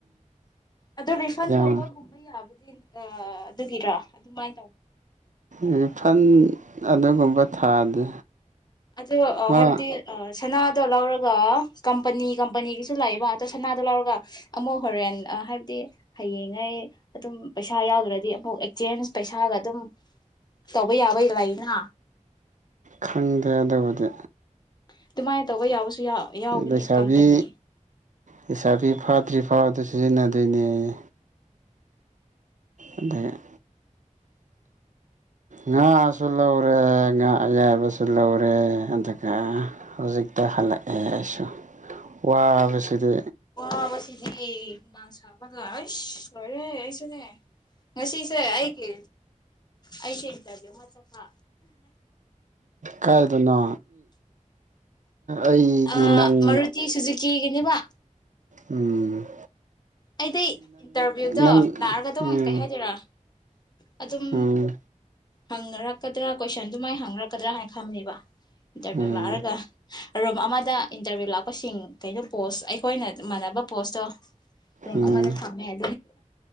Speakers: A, on the left; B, on the right.
A: ꯑꯗꯨ ꯔꯤꯐꯟ
B: ꯌꯥꯝ
A: ꯇꯧꯕꯒꯨꯝꯕ ꯌꯥꯕꯗꯤ ꯑꯑ ꯑꯗꯨꯒꯤꯔ ꯑꯗꯨꯃꯥꯏ
B: ꯔꯤꯐꯟ ꯑꯗꯨꯒꯨꯝꯕ ꯊꯥꯗꯦ
A: ꯑꯆꯨ
B: ꯃꯥ
A: ꯍꯥꯏꯕꯗꯤ ꯁꯅꯥ ꯇꯣ ꯂꯧꯔꯒ ꯀꯝꯄꯅꯤ ꯀꯝꯄꯅꯤꯒꯤꯁꯨ ꯂꯥꯛꯑꯕ ꯑꯗꯣ ꯁꯅꯥꯗꯣ ꯂꯧꯔꯒ ꯑꯃꯨꯛ ꯍꯣꯔꯦꯟ ꯑꯥ ꯍꯥꯏꯕꯗꯤ ꯍꯌꯦꯡꯉꯩ ꯑꯗꯨꯝ ꯄꯩꯁꯥ ꯌꯥꯎꯗ꯭ꯔꯗꯤ ꯑꯃꯨꯛ ꯑꯦꯛꯆꯦꯟꯁ ꯄꯩꯁꯥꯒ ꯑꯗꯨꯝ ꯇꯧꯕ ꯌꯥꯕꯩ ꯂꯩꯅ
B: ꯈꯪꯗꯦ ꯑꯗꯨꯕꯨꯗꯤ
A: ꯑꯗꯨꯃꯥꯏꯅ ꯇꯧꯕ ꯌꯥꯕꯁꯨ ꯌꯥꯎꯕꯅꯦ
B: ꯂꯩꯁꯥꯕꯤ
A: ꯀꯝꯄꯅꯤ
B: ꯂꯩꯁꯥꯕꯤ ꯐꯥꯗ꯭ꯔꯤ ꯐꯥꯎ ꯑꯗꯨ ꯁꯤꯖꯤꯟꯅꯗꯣꯏꯅꯦ ꯑꯩ ꯑꯗꯒꯤ ꯉꯥꯁꯨ ꯂꯧꯔꯦ ꯉꯥ ꯑꯌꯥꯏꯕꯁꯨ ꯂꯧꯔꯦ ꯑꯗꯨꯒ ꯍꯧꯖꯤꯛꯇ ꯍꯜꯂꯛꯑꯦ ꯑꯩꯁꯨ ꯋꯥꯕꯁꯤꯗꯤ
A: ꯑꯣ ꯁꯤꯁꯤ ꯃꯥꯥꯡ ꯁꯥꯕꯒꯥꯏ ꯍꯣꯏꯔꯦ ꯍꯥꯏꯁꯅꯦ ꯉꯁꯤꯁꯦ ꯑꯩꯒꯤ ꯑꯩꯁꯦ ꯏꯕꯤ ꯑꯃ ꯆ
B: ꯀꯥꯏꯗꯅꯣ ꯑꯩꯗꯤ
A: ꯑ
B: ꯅꯪ
A: ꯃꯔꯨꯇꯤ ꯁꯨꯖꯤꯀꯤꯒꯤꯅꯦꯕ
B: ꯎꯝ
A: ꯑꯩꯗꯤ ꯏꯟꯇꯔꯚꯤꯌꯨꯗꯣ
B: ꯅꯪ
A: ꯂꯥꯛꯑꯒ ꯑꯗꯨꯝ
B: ꯎꯝ
A: ꯀꯩ ꯍꯥꯏꯗꯣꯏꯔ ꯑꯗꯨ ꯑꯗꯨꯝ
B: ꯎꯝ
A: ꯍꯪꯅꯔꯛꯀꯗ꯭ꯔꯥ ꯀꯣꯏꯁꯟꯗꯨꯃꯥꯏ ꯍꯪꯅꯔꯛꯀꯗ꯭ꯔꯥ ꯍꯥꯏꯅ ꯈꯝꯃꯦꯕ ꯏꯟꯇꯔꯚ꯭ꯌꯨ
B: ꯎꯝ
A: ꯂꯥꯔꯒ ꯔꯨꯝ ꯑꯃꯗ ꯏꯟꯇꯔꯚꯤꯌꯨ ꯂꯥꯛꯄꯁꯤꯡ ꯀꯩꯅꯣ ꯄꯣꯁ ꯑꯩꯈꯣꯏꯅ ꯃꯥꯟꯅꯕ ꯄꯣꯁꯇꯣ ꯔꯨꯝ
B: ꯎꯝ
A: ꯑꯃꯗ ꯊꯝꯃꯦꯅꯤ